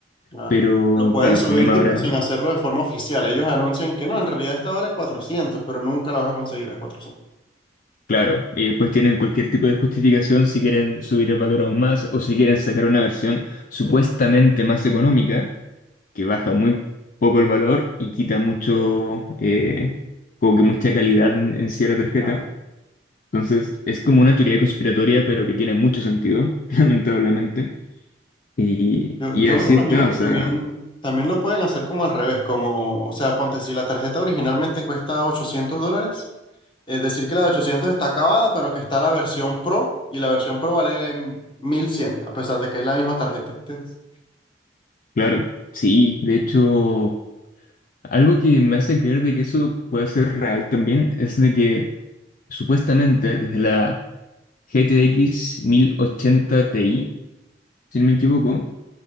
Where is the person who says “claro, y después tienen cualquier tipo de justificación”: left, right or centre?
Left